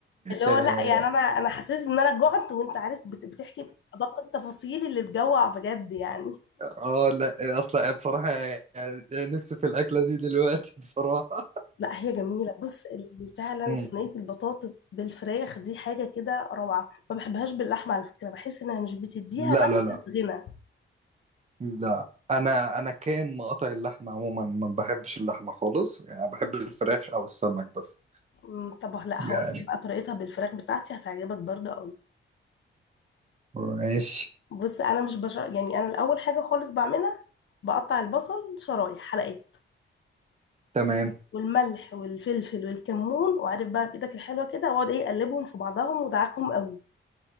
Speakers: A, on the left; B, on the right.
A: اللي هو
B: اه
A: لا يعني انا انا حسيت ان انا جعت وانت عارف بت- بتحكي بادق التفاصيل اللي تجوع بجد يعني
B: آه، لا اصلا بصراحة يعني نفسي في الأكلة دي دلوقتي <laughs> بصراحة
A: لا هي جميلة بص ال- ال- فعلا
B: مم.
A: صينية البطاطس بالفراخ دي حاجة كده روعة ما بحبهاش باللحمة على فكرة بحس انها مش بتديها
B: لا
A: نفس
B: لا لا
A: الغنى
B: لا انا انا كان مقاطع اللحمة عموما ما بحبش اللحمة خالص يعني بحب الفراخ او السمك بس
A: أمم، طب لا
B: يعني
A: هقول لك بقى طريقتها بالفراخ بتاعتي هتعجبك برضو قوي
B: ماشي
A: بص انا مش بش... يعني انا الاول حاجة خالص بعملها بقطع البصل شرايح حلقات
B: تمام
A: والملح والفلفل والكمون وعارف بقى بايدك الحلوة كده واقعد ايه اقلبهم في بعضهم ودعكهم قوي